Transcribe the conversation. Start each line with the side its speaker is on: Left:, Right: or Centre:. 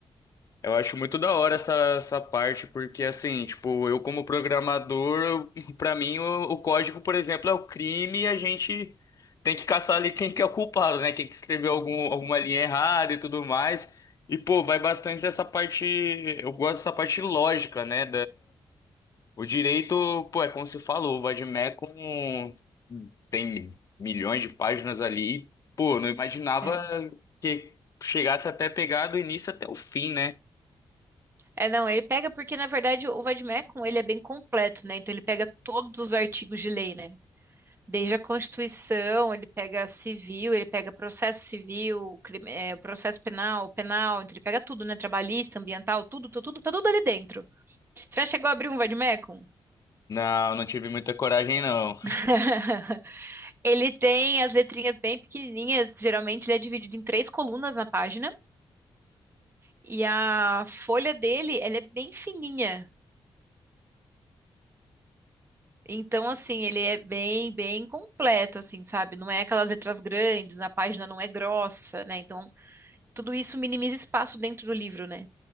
Left: Eu acho muito da hora essa, essa parte, porque assim, tipo, eu como programador, eu- <laughs> pra mim o, o código, por exemplo, é o crime e a gente tem que caçar ali quem que é o culpado, né? Quem que escreveu algum, alguma linha errada e tudo mais. E, pô, vai bastante dessa parte. Eu gosto dessa parte lógica, né? O direito, pô, é como você falou, o Vadmec com... tem milhões de páginas ali. e, Pô, não imaginava
Right: É.
Left: que chegasse até pegar do início até o fim, né?
Right: É, não, ele pega porque, na verdade, o Vademécum, ele é bem completo, né? Então ele pega todos os artigos de lei, né? Desde a Constituição, ele pega civil, ele pega processo civil, crime- eh, processo penal, penal, então ele pega tudo, né? Trabalhista, ambiental, tudo, tudo, tudo, tá tudo ali dentro. Você já chegou a abrir um vademecum?
Left: Não, não tive muita coragem, não.
Right: <laughs> Ele tem as letrinhas bem pequenininhas, geralmente ele é dividido em três colunas na página, e a folha dele, ela é bem fininha. Então, assim, ele é bem, bem completo, assim, sabe? Não é aquelas letras grandes, a página não é grossa, né? Então, tudo isso minimiza espaço dentro do livro, né?